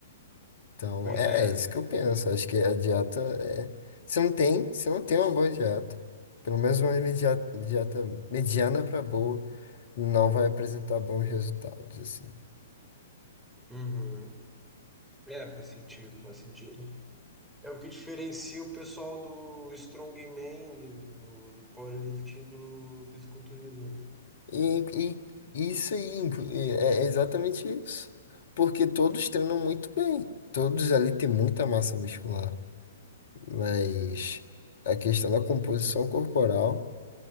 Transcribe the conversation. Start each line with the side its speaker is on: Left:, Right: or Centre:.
Left: Então,
Centre: Pois
Left: é,
Centre: é.
Left: é isso que eu penso. Acho que a dieta é. Se não tem, se não tem uma boa dieta, pelo menos uma media- dieta mediana para boa, não vai apresentar bons resultados, assim.
Centre: Uhum. É, faz sentido, faz sentido. É o que diferencia o pessoal do strongman, do, do powerlifting, do fisiculturismo.
Left: E, e isso aí inclu- e é é exatamente isso. Porque todos treinam muito bem. Todos ali têm muita massa muscular. Mas a questão da composição corporal,